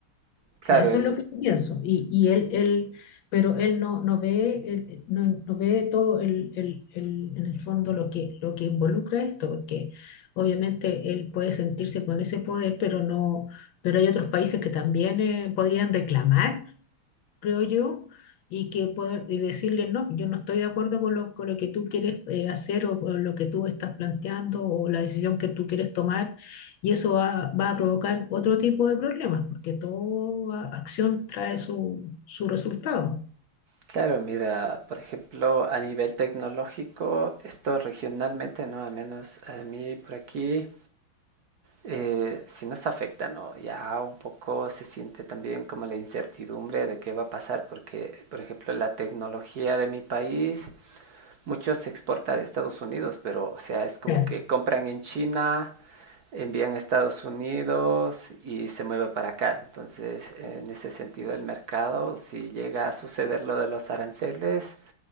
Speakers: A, on the right; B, on the left.
A: Claro,
B: sea, eso
A: el,
B: es lo que yo pienso. Y, y él, él, pero él no, no ve, él no, no ve todo el, el- el- en el fondo lo que, lo que involucra esto, porque obviamente él puede sentirse con ese poder, pero no, pero hay otros países que también eh, podrían reclamar creo yo, y que poder y decirle, no, yo no estoy de acuerdo con lo, con lo que tú quieres eh, hacer o con lo que tú estás planteando o la decisión que tú quieres tomar, y eso va, va a provocar otro tipo de problemas, porque toda acción trae su, su resultado.
A: claro, mira, por ejemplo, a nivel tecnológico, esto regionalmente, ¿no? A menos a mí por aquí, eh, sí nos afecta, ¿no? Ya un poco se siente también como la incertidumbre de qué va a pasar, porque, por ejemplo, la tecnología de mi país mucho se exporta de Estados Unidos, pero o sea, es como
B: Claro.
A: que compran en China, envían a Estados Unidos y se mueve para acá. Entonces, en ese sentido, el mercado, si llega a suceder lo de los aranceles,